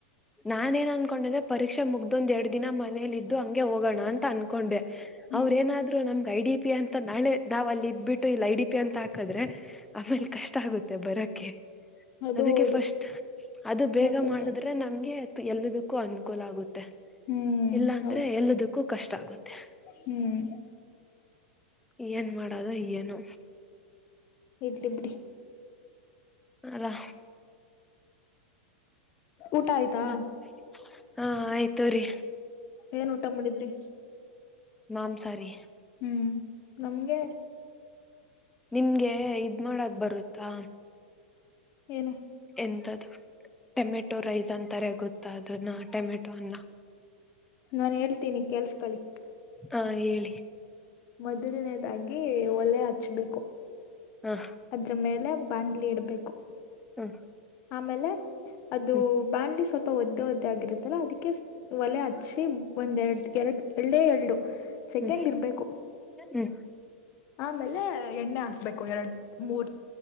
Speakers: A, in the centre; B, on the left (about 40°).
A: ನಾನ ನಂಗ ಕೊಂಡದೆ ಪರೀಕ್ಷೆ ಮುಗ್ದೊಂದ ಎರಡ್ ದಿನ ಮನೇಲಿ ಇದ್ದು ಹಂಗೆ ಹೋಗೋಣ ಅಂತ ಅನ್ಕೊಂಡೆ
B: ಹ್ಮ್
A: ಅವ್ರ ಎನಾದ್ರು ನಮ್ಗ್ ಐ ಡಿ ಪಿ ಅಂತ ನಾಳೆ ನಾವ್ ಅಲ್ಲಿ ಇದ್ಬಿಟ್ಟು ಇಲ್ಲ ಐಡಿ ಪಿ ಅಂತ ಹಾಕದ್ರೆ ಆಮೇಲೆ ಕಷ್ಟ ಆಗುತ್ತೆ ಬರಕ್ಕೆ
B: ಅದು
A: ಅದಕ್ಕೆ
B: ಹೌದು
A: ಫಸ್ಟ್ ಅದು ಬೇಗ
B: ಮೊದಲ
A: ಮಾಡಿದ್ರೆ ನಮ್ಗೆ ಎಲ್ಲದಕ್ಕೂ ಅನುಕೂಲ ಆಗುತ್ತೆ
B: ಹ್ಮ್
A: ಇಲ್ಲಾ ಅಂದ್ರೆ
B: ಹೌದು
A: ಎಲ್ಲದಕ್ಕೂ ಕಷ್ಟ ಆಗುತ್ತೆ
B: ಹ್ಮ್
A: ಏನ್ ಮಾಡೋದು ಏನು
B: ಇರ್ಲಿ ಬಿಡಿ
A: ಹಲೋ
B: ಊಟ ಆಯ್ತಾ
A: ಮ- ಹಾ ಆಯ್ತು ರಿ
B: ಏನ್ ಊಟ ಮಾಡಿದ್ರಿ
A: ಮಾಂಸ ರಿ
B: ಹ್ಮ್ ನಮ್ಗೆ
A: ನಿಮ್ಗೆ ಇದ್ ಮಾಡಕ್ ಬರುತ್ತಾ
B: ಏನು
A: ಎಂತ್ದು ಟೊಮೆಟೊ ರೈಸ್ ಅಂತಾರೆ ಗೊತ್ತಾ ಅದ ನಾ ಟೊಮೆಟೊ ಅನ್ನ
B: ನಾನ್ ಹೇಳ್ತೀನಿ ಕೆಲ್ಸ್ ಕಳಿ
A: ಹಾ ಹೇಳಿ
B: ಮೊದಲನೇದಾಗಿ ಒಲೆ ಹಚ್ಬೇಕು
A: ಹಾ
B: ಅದ್ರ ಮೇಲೆ ಬಂಡ್ಲಿ ಇಡ್ಬೇಕು
A: ಹ್ಮ್
B: ಆಮೇಲೆ ಅದು
A: ಹ್ಮ್
B: ಬಂಡ್ಲಿ ಸ್ವಲ್ಪ ಒದ್ದ ತೋತಗಿರುತ್ತಲ್ಲ ಅದಕ್ಕೆ ಒಲೆ ಹಚ್ಚಿ ಒಂದಏರಡು ಎರಡು ಎಳ್ಳೇ ಎರು ಸೆಕೆಂಡ್
A: ಹ್ಮ್
B: ಇರ್ಬೇಕು
A: ಹ್ಮ್
B: ಆಮೇಲೆ ಎಣ್ಣೆ ಹಾಕ್ಬೇಕು ಎರಡು ಮೂರ್